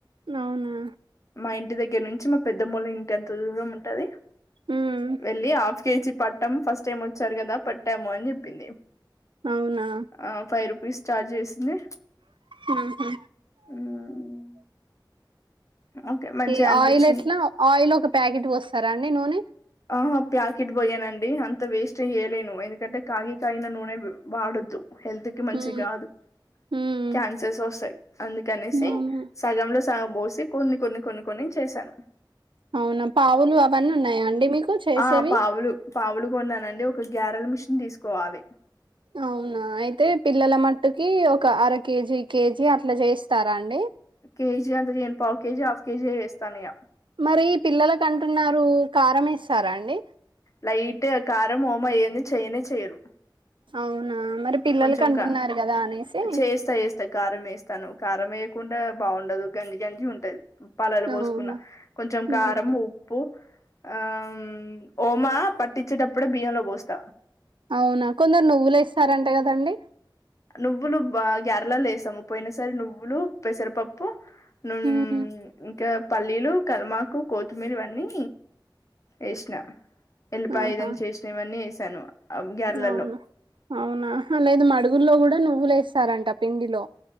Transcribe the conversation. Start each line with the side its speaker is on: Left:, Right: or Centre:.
Right: అవునా?
Left: మా ఇంటి దగ్గర నుంచి, మా పెద్దమోళ్ళ ఇంటి అంత దూరం ఉంటది.
Right: ఉమ్
Left: వెళ్ళి ఆ కేజీ పట్టం. ఫస్ట్ టైం వచ్చారు గదా! పట్టాము అని జెప్పింది.
Right: అవునా
Left: ఆ ఫైవ్ రూపీస్ ఛార్జ్ జేసింది.
Right: ఉహూ
Left: హ్మ్. ఓకే. మంచిగా
Right: ఈ
Left: అనిపిచ్చింది.
Right: ఆయిల్ ఎట్ల? ఆయిల్ ఒక ప్యాకిట్ బోస్తరా అండి నూనె?
Left: అహ ప్యాకిట్ బోయనండి అంత వేస్ట్ జేయలేను. ఎందుకంటే కాగి కాగిన నూనె వాడొద్దు. హెల్త్ కి మంచిది
Right: ఉమ్
Left: గాదు
Right: ఉమ్
Left: క్యాన్సర్స్ ఒస్తయ్ అందుకనేసి
Right: అవునా
Left: సగంలో సగం బోసి కొన్ని కొన్ని కొన్ని కొన్ని చేశాను.
Right: అవునా పావులు అవన్నీ ఉన్నాయా అండి మీకు చేసేవి
Left: ఆ పావులు, పావులు కొన్నానండి. ఒక గ్యారెల్ మిషిన్ దీసుకోవాలి.
Right: అవునా అయితే పిల్లల మట్టుకీ ఒక అర కేజీ, కేజీ అట్ల జేస్తారా అండి.
Left: కేజీ అంత చేయను పావు కేజీ, హాఫ్ కేజియే చేస్తాను ఇగ
Right: మరీ పిల్లలకంటున్నారు, కారమేస్తారా అండి.
Left: లైట్గ కారం ఓమ ఎయ్యంది చెయ్యనే చెయ్యను.
Right: అవునా మరి పిల్లలకి
Left: కొంచెం
Right: అంటున్నారు
Left: క
Right: కదా అనేసి
Left: చేస్త ఏస్త కారం ఏసే స్తను కారం ఏయకుండా బాగుండదు. గంజి గంజి ఉంటది. పలలు బోసుకున్న.
Right: అవునా
Left: కొంచెం
Right: ఉమ్
Left: కారం ఉప్పు ఆమ్ ఓమా పట్టించేటప్పుడే బియ్యంలో బోస్త
Right: అవునా కొందరు నువ్వులేస్తారంట గదండి.
Left: నువ్వులు బా గ్యారెలల్లేస్తము పోయిన సారి నువ్వులు, పెసరపప్పు నూ
Right: ఉమ్,
Left: ఇంకా పల్లీలు కల్మాకు, కొత్మీరివన్నీ ఏసిన ఎల్లిపాయదంచేసిన,
Right: ఆహా
Left: ఇవన్నీ ఏశాను అవ్ గ్యారలల్లో
Right: అవును అవునా అహ్హ లేదు, మడుగుల్లో గుడ నువ్వులేస్తారంట పిండిలో